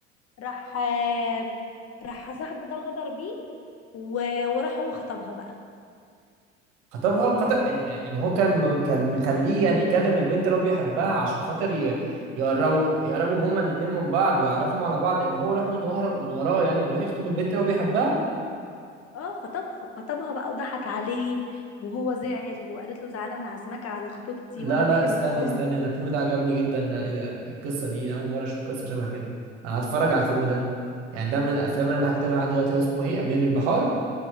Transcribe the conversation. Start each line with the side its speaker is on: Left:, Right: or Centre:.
Left: راح آه، راح صاحبه ده غدر بيه و- وراح هو خطبها بقى
Right: خطبها خطب يعني يعني هو كان م- كان مخليه يعني يكلم البنت اللي هو بيحبها عشان خاطر ي- يقربوا يقربوا هما الاتنين من بعض ويعرفهم على بعض اما هو يروح من ورا من وراه يعني ويروح يخطب البنت اللي هو بيحبها
Left: اه خطبها خطبها بقى وضحك عليه وهو زعل وقالت له تعالى انا عازمك على خطوبتي
Right: لا
Left: وانا
Right: لا
Left: بحبه
Right: استني
Left: قوي
Right: استني انا الفيلم ده عجبني جدا ده- إيه ده؟ القصة دي اول مرة اشوف قصة شبه كده انا هتفرج على الفيلم ده يعني ده من الافلام اللي انا هكتبها عندي دلوقتي هو اسمه ايه امير البحار